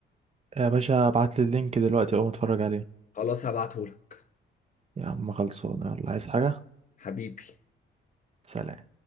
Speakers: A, on the right; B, on the left.
A: يا باشا ابعت لي اللينك دلوقتي اقوم اتفرج عليه
B: خلاص هبعته لك
A: يا عم خلصونا يلا عايز حاجة
B: حبيبي
A: سلام